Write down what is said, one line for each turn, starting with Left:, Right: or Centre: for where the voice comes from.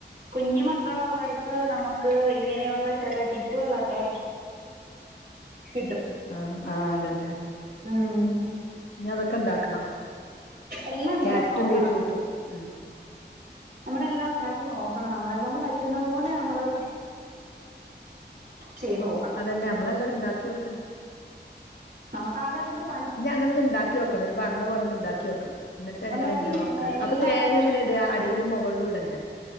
Right: കുഞ്ഞു മക്കള ഉള്ളടത്ത് നമുക്ക് ഇങ്ങനെയുള്ള ചെല ടിപ്പുകളൊക്കെ കിട്ടും
Left: ആഹ് ആ അതെന്നെ
Right: ഉം
Left: ഞ്ഞി അതൊക്കെ ഇണ്ടാക്കണം
Right: എല്ലാം ഉണ്ടാക്കി
Left: ക്യാരറ്റും
Right: നോക്കണം
Left: ബീടറൂട്ടും ഉം
Right: നമ്മളെല്ലാം ഉണ്ടാക്കി നോക്കണം നമ്മളെ കൊണ്ട് പറ്റുന്ന പോലെ നമ്മള് ചെയ്തോ
Left: അതന്നെ നമ്മളെല്ലാം ഇണ്ടാക്കി നോക്കാ
Right: നമുക്കാകാതെല്ലെ
Left: ഇഞ് അങ്ങന ഒന്ന് ഉണ്ടാക്കി നോക്കണം ഇജ്ജ് പറഞ പോലെ ഒന്ന് ഉണ്ടാക്കി നോക്കണം എന്നിട്ട് എങ്ങനെയുണ്ട്
Right: ഉണ്ടാക്കി
Left: നോക്കാല്
Right: എല്ലാവർക്കും
Left: അപ്പൊ തേങ്ങ എങ്ങനെ ഇട അടിയിലും മുകളിലും ഇടണ്ടേ